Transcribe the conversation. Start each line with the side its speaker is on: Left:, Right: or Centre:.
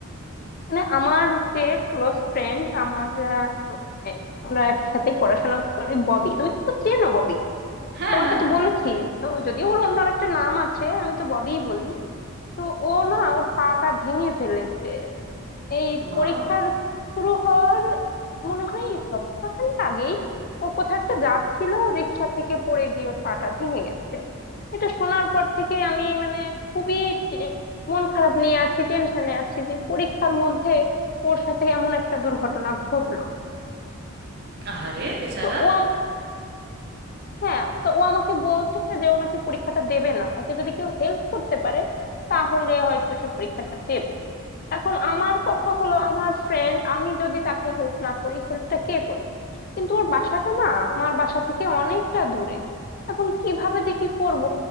Left: মানে আমার যে ক্লোজ ফ্রেন্ড আমার আহ, মানে আমরা একসাথে পড়াশোনা করি ববি তুমি তো চেনো ববি
Right: হ্যাঁ
Left: তোমাকে
Right: হ্যাঁ
Left: তো বলেছি ও যদি ওর অন্য একটা নাম আছে আমি তো ববিই বলি তো ও না ওর পাটা ভেঙে ফেলেছে এই
Right: মা
Left: পরীক্ষার শুরু হওয়ার মনে হয় সপ্তাহখানেক আগেই ও কোথাও একটা যাচ্ছিল রিক্সা থেকে পড়ে গিয়ে ওর পাটা ভেঙে গেছে এটা শোনার পর থেকে আমি মানে খুবই টে- মন খারাপ নিয়ে আছি টেনশনে আছি যে পরীক্ষার মধ্যে ওর সাথে এমন একটা দুর্ঘটনা ঘটলো
Right: আহারে বেচারা
Left: তো ও হ্যাঁ তো ও আমাকে বলছে যে ও নাকি পরীক্ষাটা দেবে না ওকে যদি কেউ হেল্প করতে পারে তাহলে হয়তো সে পরীক্ষাটা দেবে এখন আমার কথা হলো আমার ফ্রেন্ড আমি যদি তাকে হেল্প না করি হেল্পটা কে করবে কিন্তু ওর বাসাটা না আমার বাসা থেকে অনেকটা দূরে এখন কিভাবে যে কি করব